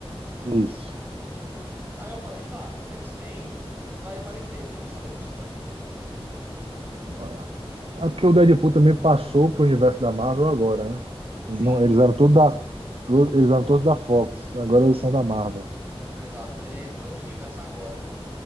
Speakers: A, on the right (about 65°); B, on the right (about 20°).
A: isso.
B: Aí eu falei, tá, X-Men vai aparecer, só não sabemos quando.
A: Ah, É porque o Deadpool também passou pro universo da Marvel agora, né? Eles,
B: Sim,
A: não, eles eram todos da, to- eles eram todos da Fox, agora eles são da Marvel.
B: exato. Ele entrou no universo agora.